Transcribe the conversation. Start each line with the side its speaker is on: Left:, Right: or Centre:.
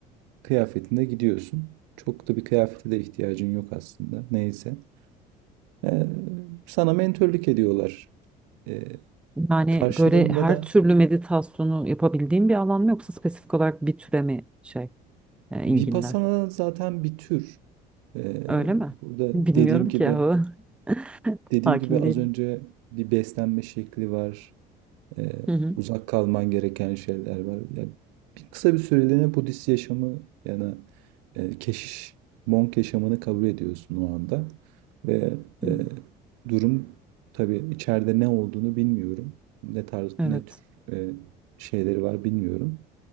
Right: kıyafetinde gidiyorsun. Çok da bir kıyafete de ihtiyacın yok aslında. Neyse. Ee, sana mentörlük ediyorlar. Ee,
Centre: Yani
Right: karşılığında
Centre: böyle her
Right: da
Centre: türlü meditasyonu yapabildiğin bir alan mı yoksa spesifik olarak bir türe mi şey? e, enginler.
Right: Vipassana zaten bir tür. Ee,
Centre: Öyle mi?
Right: burada
Centre: Bilmiyorum
Right: dediğim gibi
Centre: ki yahu. <laughs>
Right: dediğim
Centre: Hakim
Right: gibi az
Centre: değilim.
Right: önce bir beslenme şekli var. Ee,
Centre: Hı hı.
Right: uzak kalman gereken şeyler var. Yani bir kısa bir süreliğine Budist yaşamı yani e, keşiş, monk yaşamını kabul ediyorsun o anda. Ve
Centre: Hı.
Right: e, durum tabii içeride ne olduğunu bilmiyorum. Ne tarz,
Centre: Evet.
Right: ne tür e, şeyleri var bilmiyorum.